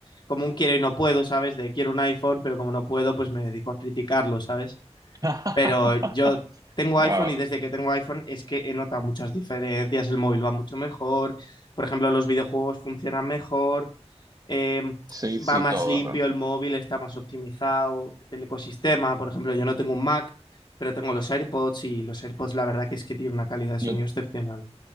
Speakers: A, on the left (about 40°); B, on the right (about 35°).
A: como un quiero y no puedo, ¿sabes? De quiero un iPhone, pero como no puedo, pues me dedico a criticarlo, ¿sabes?
B: <laughs>
A: Pero yo tengo iPhone
B: Wow.
A: y desde que tengo iPhone es que he notado muchas diferencias, el móvil va mucho mejor, por ejemplo, los videojuegos funcionan mejor eh,
B: Sí,
A: va
B: sí,
A: más
B: todo
A: limpio
B: realmente.
A: el móvil, está más optimizado el ecosistema. Por ejemplo, yo no tengo un Mac, pero tengo los AirPods y los AirPods la verdad que es que tienen una calidad de
B: Yo,
A: sonido excepcional.